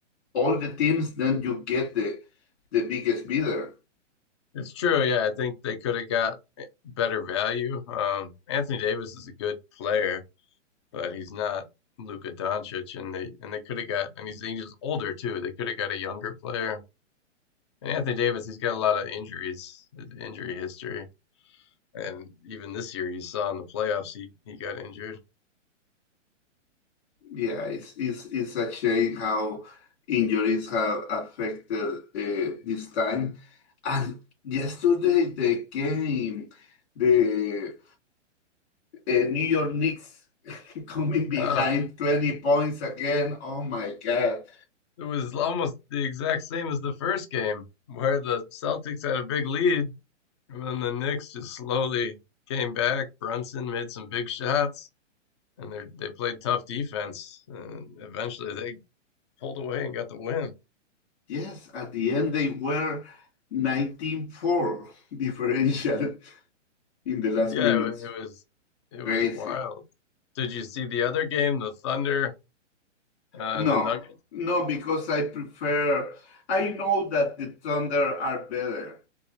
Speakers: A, on the left; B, on the left.
A: all the teams, then you get the the biggest bidder.
B: It's true. Yeah, I think they could have got better value. Um, Anthony Davis is a good player, but he's not Luka Doncic, and they and they could have got and he's he's older too. They could have got a younger player. And Anthony Davis, he's got a lot of injuries, injury history, and even this year you saw in the playoffs he he got injured.
A: Yeah, it's, it's, it's a shame how injuries have affected uh, this time. And yesterday, the game, the uh, New York Knicks <laughs> coming behind
B: Uh,
A: 20 points again. Oh my God.
B: It was almost the exact same as the first game, where the Celtics had a big lead, and then the Knicks just slowly came back. Brunson made some big shots, and they they played tough defense, and eventually they pulled away and got the win.
A: Yes, at the end, they were nineteen-four differential <laughs> in the last
B: Yeah,
A: minutes.
B: it, wa- it was it was
A: Crazy.
B: wild. Did you see the other game, the Thunder uh,
A: No,
B: and the Nuggets?
A: no, because I prefer, I know that the Thunder are better.